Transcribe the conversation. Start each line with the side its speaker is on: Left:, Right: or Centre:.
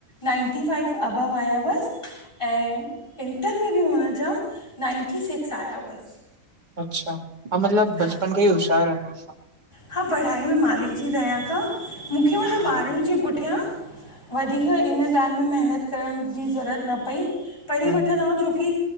Left: नाइंटी फ़ाइव अबव आया हुअस ऐं इंटर में बि हुन जा नाइंटी सिक्स आया हुअसि।
Right: अच्छा! हा मतिलब
Left: हा
Right: बचपन खां ई होशियारु आहिनि।
Left: हा पढ़ाई में मालिक जी दया खां मूंखे मतलब
Right: हा
Left: ॿारनि जे पुठियां वधीक इन ॻाल्हि में महिनत करण जी ज़रूरत न पई प, ढ़ी
Right: हूं
Left: वठंदा
Right: हूं
Left: हुआ छो कि।